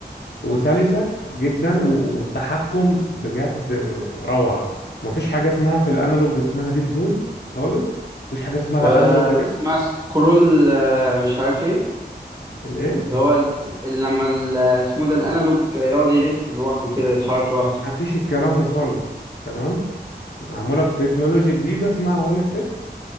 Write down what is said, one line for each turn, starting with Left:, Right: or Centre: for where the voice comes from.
Left: وسلسة جدا و- والتحكم بجد روعة ومفيش حاجة اسمها في الأنالوج اسمها ديد زون خالص مفيش حاجة اسمها
Right: ولا
Left: اه أنالوج دريفت
Right: اسمها سكرول آه، مش عارف ايه
Left: الإيه
Right: اللي هو اللي لما ال- اسمه ده الانالوج يقعد يلف لوحده كده يتحرك لوحده
Left: مفيش الكلام ده خالص تمام معمولة بتكنولوجيا جديدة اسمها هول إفكت